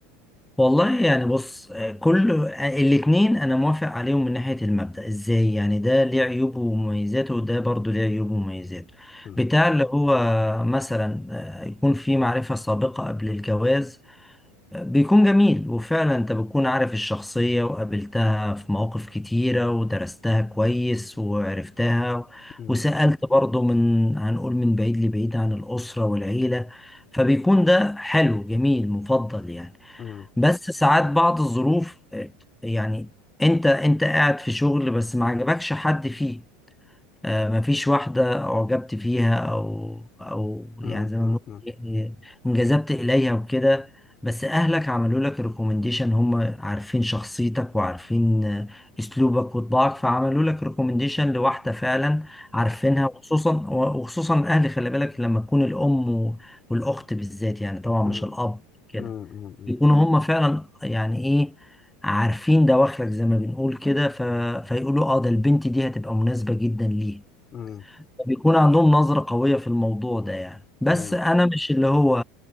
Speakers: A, in the centre; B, on the left (about 35°).
A: والله يعني بص آه، كل آه، الاتنين انا موافق عليهم من ناحية المبدأ ازاي يعني ده ليه عيوبه ومميزاته وده برضو ليه عيوبه ومميزاته
B: مم.
A: بتاع اللي هو مثلا آه، يكون في معرفة سابقة قبل الجواز آه، بيكون جميل وفعلا انت بتكون عارف الشخصية وقابلتها في مواقف كتيرة ودرستها كويس وعرفتها
B: مم.
A: وسألت برضو من هنقول من بعيد لبعيد عن الأسرة والعيلة فبيكون ده حلو جميل مفضل يعني
B: مم.
A: بس ساعات بعض الظروف آه، يعني انت انت قاعد في شغل بس ما عجبكش حد فيه آه، ما فيش واحدة اعجبت فيها او او
B: مم.
A: يعني زي
B: مم.
A: ما بنقول
B: مم.
A: يعني انجذبت اليها وكده بس اهلك عملوا لك ريكومنديشن هم عارفين شخصيتك وعارفين آه، اسلوبك وطباعك فعملوا لك ريكومنديشن لواحدة فعلا عارفينها وخصوصا وخصوصا الاهل خلي بالك لما تكون الام والاخت بالذات يعني طبعا
B: مم.
A: مش الاب كده
B: مم.
A: يكونوا هم فعلا يعني ايه عارفين دواخلك زي ما بنقول كده ف... فيقولوا اه ده البنت دي هتبقى مناسبة جدا ليه
B: مم.
A: بيكون عندهم نظرة قوية في الموضوع ده يعني بس
B: مم.
A: انا مش اللي هو